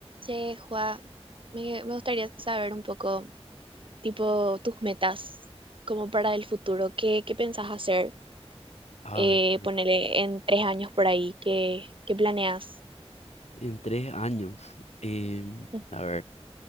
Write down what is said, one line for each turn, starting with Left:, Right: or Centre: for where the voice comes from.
Right: Che, Juan, me, me gustaría saber un poco, tipo, tus metas como para el futuro. ¿Qué, qué pensás hacer?
Left: A
Right: Eh,
Left: ver,
Right: ponele en tres años por ahí. ¿Qué, qué planeas?
Left: en tres años. em,
Right: Mm.
Left: a ver,